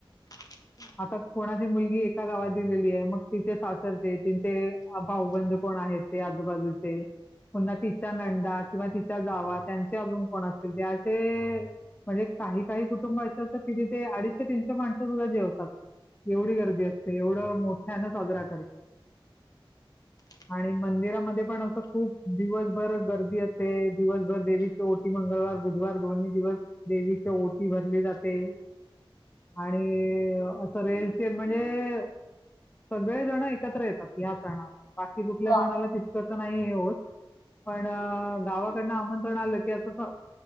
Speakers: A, on the left (about 40°); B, on the left (about 20°).
A: हम्
B: आता कोणाची मुलगी एका गावात दिलेली आहे मग तिचे सासरचे तिचे भाऊबंध कोण आहेत. आजूबाजूची पुन्हा तिचा नंदाकिंवा
A: बघून
B: तिच्या जावा त्यां अजून को कोणाचे त्याचे म्हणजे काही काही कुटुंब असे असतं कि ते अडीचशे तीनशे माणसं सुद्धा जेवतात. एवढी गर्दी असते एवढं मोठ्यानं साजरा करतात.
A: <unintelligible>
B: आणि मंदिरामध्ये पण असं खूप दिवसभर गर्दी असते दिवसभर देवीची ओटी मंगळवार..... बुधवार दोन्ही दिवस देवीच्या ओटी भरली जाते. आणि असं रेलचेन म्हणजे... सगळे जण एकत्र येतात या सणाला... बाकी कुठल्या
A: हा
B: सणाला तितकं तर नाही हे होत पण... गावाकडनं आमंत्रण आलं की असं